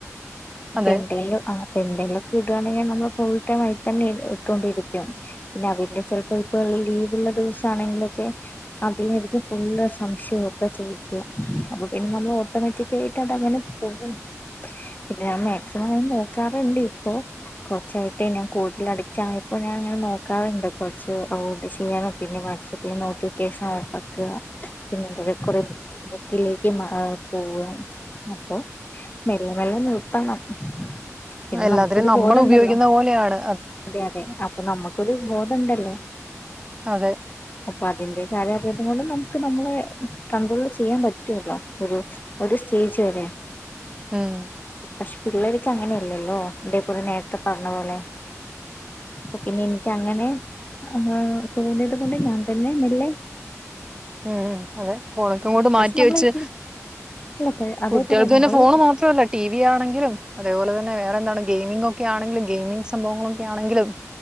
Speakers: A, on the left (about 35°); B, on the right (about 15°).
A: അപ്പ
B: അതെ
A: എന്തേലു ആഹ് എന്തേലൊക്കെ ഇടാണെങ്കി നമ്മ ഫുൾ ടൈം അയി തന്നെ ഇ ഇട്ടോണ്ടിരിക്കും പിന്നെ <unintelligible> ചെലപ്പോ <unintelligible> ലീവ്ള്ള ദിവസാണെങ്കിലൊക്കെ അതിലായിരിക്കും ഫുള്ള് സംശയൊക്കെ ചോയിക്ക്യാ അപ്പൊ പിന്നെ നമ്മള് ഓട്ടോമാറ്റിക്കായിട്ട് അതങ്ങനെ പോവും പിന്നെ മാക്സിമം ഞാന് നോ ക്കാറ്ണ്ട് ഇപ്പോ കൊറച്ചായിട്ട് ഞാൻ കൂടുതല് അഡിക്റ്റായപ്പോ ഞാൻ ഇങ്ങനെ നോക്കാറ്ണ്ട് കൊറച്ച് അവോയ്ഡ് ചെയ്യണം പിന്നെ വാട്സആപ്പി നോട്ടിഫിക്കേഷൻ ഓഫാക്കാ പിന്നെ എന്താ വേ കൊറേ ബുക്ക് <unintelligible> ട്ടിലേക്ക് മ ആഹ് പോവാ അപ്പൊ മെല്ലെ മെല്ലെ നിർത്തണം ഉം പിന്നെ
B: എല്ലാത്തിനും
A: നമുക്കൊരു
B: നമ്മൾ
A: ബോധണ്ടല്ലോ
B: ഉപയോഗിക്കുന്ന പോലെയാണ്
A: അതെ അതെ അപ്പം നമ്മക്കൊര് ബോധംണ്ടല്ലോ
B: അതെ
A: അപ്പൊ അതിന്റെ <unintelligible> കൊണ്ടും നമുക്ക് നമ്മളെ കണ്ട്രോളില് ചെയ്യാൻ പറ്റുവല്ലോ ഒരു ഒരു സ്റ്റേജ് വരെ
B: ഉം
A: പക്ഷെ പിള്ളർക്ക് അങ്ങനെയല്ലല്ലോ ഇതേപോലെ നേരത്തെ പറഞ്ഞ പോലെ അപ്പ പിന്നെ എനിക്ക് അങ്ങനെ ആഹ് തോന്നിയത് കൊണ്ട് ഞാൻ തന്നെ മെല്ലേ
B: ഉം ഉം അതെ ഫോണൊക്കെ അങ്ങോട്ട്
A: പക്ഷെ
B: മാറ്റി
A: നമ്മള്
B: വെച്ച്
A: ഇല്ല അതേപോലെ
B: കുട്ടികൾക്ക്
A: നമ്മള്
B: പിന്നെ ഫോണ് മാത്രല്ല ടി വി ആണെങ്കിലും അതേപോലെ തന്നെ വേറെന്താ ഗെയിമിഗ് ഒക്കെ ആണെങ്കിലും ഗെയിമിംഗ് സംഭവങ്ങളൊക്കെ ആണെങ്കിലും